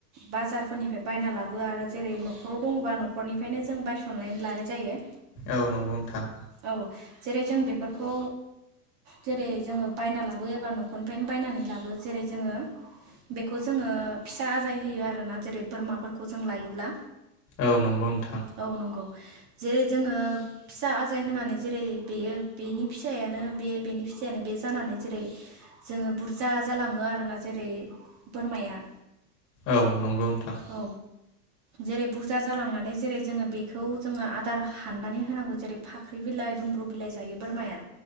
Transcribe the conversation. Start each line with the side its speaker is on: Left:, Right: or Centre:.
Right: बाजारफोरनिफ्राय बायना लाबो आरो जेरै न'खराव दङबा न'खरनिफ्रायनो जों बायसननानै लानो जायो
Left: औ नंगौ नोंथां
Right: औ जेरै जों बेफोरखौ जेरै जोङो बायना लाबो एबा न'खरनिफ्रायनो बायनानै लाबो जेरै जोङो बेखौ जोङो फिसा आजाय होयो आरोना जेरै बोरमाफोरखौ जों लायोब्ला
Left: औ नंगौ नोंथां
Right: औ नंगौ जेरै जोङो फिसा आजाय होनानै जेरै बेयो बेनि फिसायानो बे बेनि फिसायानो बे जानानै जेरै जोङो बुरजा जालाङो आरोना जेरै बोरमाया
Left: औ नंगौ नोंथां
Right: औ जेरै बुरजा जालांनानै जेरै जोङो बेखौ जोङो आदार हाननानै होनांगौ जेरै फाख्रि बिलाइ दुंब्रु बिलाइ जायो बोरमाया